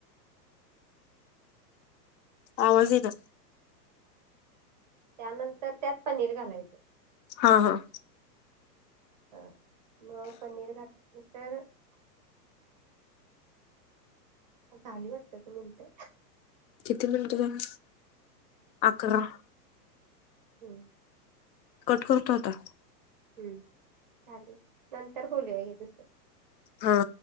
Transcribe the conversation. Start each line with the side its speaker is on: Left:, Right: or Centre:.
Left: आवाज <unintelligible> का?
Right: त्यानंतर त्यात पनीर घालायचं.
Left: हां हां.
Right: हां. मग पनीर घातल्या नंतर - झाली वाटत <unintelligible> मिनटं.
Left: किती मिनटं झाली? अकरा.
Right: हम्म.
Left: कट करतो आता.
Right: हम्म. चालेल नंतर बोलूया <unintelligible>
Left: हां.